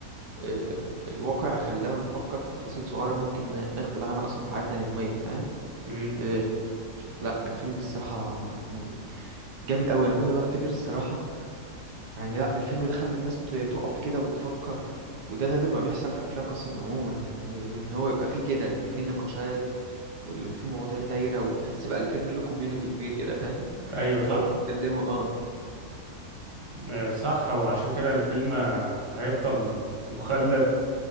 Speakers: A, on the right; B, on the right.
A: آه، الواقع خلانا نفكر في تفاصيل صغيرة ممكن ن- نغفل عنها أصلا في حياتنا اليومية فاهم
B: مم.
A: آه، شوف، لا الفيلم الصراحة يعني جامد أوي أنا كل ما أفتكر الصراحة يعني لا الفيلم ده خلى الناس ت- تقف كده وتفكر وده نادر ما بيحصل في أفلام أصلا عموما يعني
B: مم.
A: إن هو يبقى فيه كده إن فيه نقاشات وال- وفي مواضيع دايرة وتحس بقى الفيلم له كوميونيتي كبير كده فاهم <laughs>
B: ايوه صح
A: بيقعدوا يتكلموا اه
B: آه، صح وعشان كده الفيلم آه، هيفضل مخلد